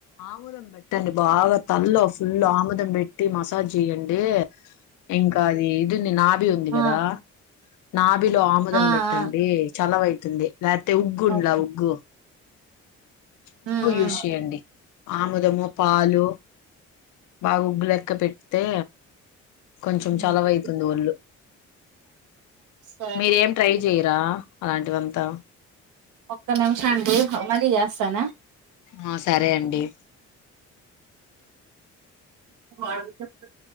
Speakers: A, on the left; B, on the right.
A: ఆముోదం పెట్ట అండి బాగా తల్లో ఫుల్ ఆముదం పెట్ పెట్టి మసాజ్ చెయ్యఅండి ఇంకా అది ఇది నుంది నాబి ఉంది
B: ఆ
A: కదా నాబిలో ఆముదం
B: ఆ
A: పెట్ట
B: ఆ
A: అండి చలవైతు ఉంది లేకపోతే ఉగ్గుం
B: ఓకే
A: ఉండ్లా గూ ఉ్గు
B: ఉమ్ ఉమ్
A: యూజ్ చేయఅండి ఆముదము పాలు బాగా ఉగ్గు లెక్క పెడ్తే కొంచెం
B: ఉమ్
A: చలవవుయితు
B: ఉమ్.
A: ఉంది ఒళ్ళు
B: సరే
A: మీరేం ట్రై చెయరా అలాంటి వంతా
B: ఒక్క నిమిషం అండి ఓ మళ్లీ చేస్తఅన్నా
A: ఆ సరే అండి
B: అ